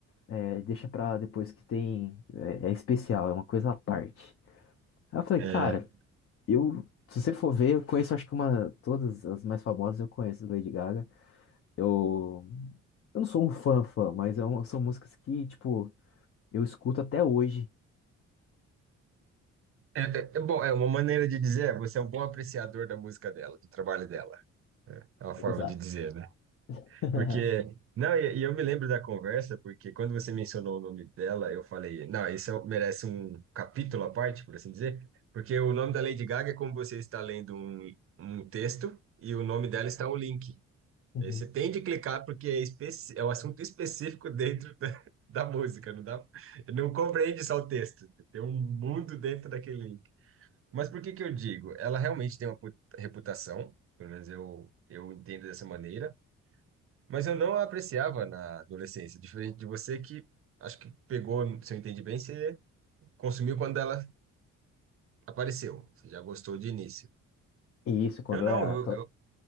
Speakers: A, on the left; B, on the right.
A: É, deixa pra depois que tem. É, é especial, é uma coisa à parte. Aí eu falei,
B: É,
A: cara, eu. Se você for ver, eu conheço acho que uma. Todas as mais famosas eu conheço da Lady Gaga. Eu. Eu não sou um fã fã, mas é um- são músicas que, tipo, eu escuto até hoje.
B: é, é- é bom, é uma maneira de dizer, é, você é um bom apreciador da música dela, do trabalho dela. É uma forma
A: Exato.
B: de dizer, né?
A: <laughs>
B: Porque, não, e, e eu me lembro da conversa, porque quando você mencionou o nome dela, eu falei, não, isso é- um, merece um capítulo à parte, por assim dizer, porque o nome da Lady Gaga é como você está lendo um, um texto e o nome dela está um link.
A: Uhum.
B: Aí você tem de clicar porque é, especi- é um assunto específico dentro da, da música, não dá, não compreende só o texto, tem um mundo dentro daquele Mas por que que eu digo? Ela realmente tem uma pu- reputação, pelo menos eu, eu entendo dessa maneira, mas eu não a apreciava na adolescência, diferente de você que acho que pegou, se eu entendi bem, você consumiu quando ela apareceu, você já gostou de início.
A: E isso, quando
B: Eu não,
A: é.
B: eu,
A: cla-
B: eu-